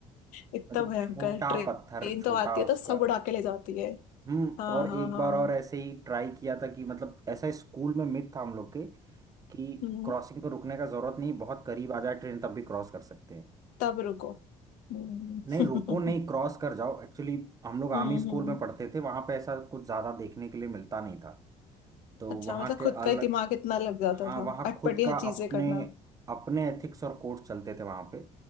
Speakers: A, on the left; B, on the right.
A: इतना
B: मतलब
A: भयंकर
B: छोटा
A: ट्रेन
B: पत्थर छोटा
A: तो आती है
B: उसका
A: तो सब उड़ा के ले जाती है
B: हम्म
A: हाँ
B: और
A: हाँ
B: एक
A: हाँ
B: बार और ऐसे ही ट्राई किया था कि मतलब ऐसा स्कूल में मिथ था हम लोग के कि
A: हम्म
B: क्रॉसिंग पर रुकने का जरूरत नहीं बहुत करीब आ जाए ट्रेन तब भी क्रॉस कर सकते हैं
A: तब रुको हम्म
B: नहीं रुको नहीं
A: <laughs>
B: क्रॉस कर जाओ एक्चुअली हम लोग आर्मी
A: हम्म
B: स्कूल
A: हम्म।
B: में पढ़ते थे वहां पे ऐसा कुछ ज्यादा देखने के लिए मिलता नहीं था तो
A: अच्छा
B: वहां
A: मतलब
B: के
A: खुद
B: अलग
A: का ही दिमाग इतना लग जाता
B: हाँ
A: था
B: वहाँ
A: अटपटी
B: खुद का
A: हर चीजें
B: अपने
A: करना हम्म
B: अपने एथिक्स और कोड चलते थे वहाँ पे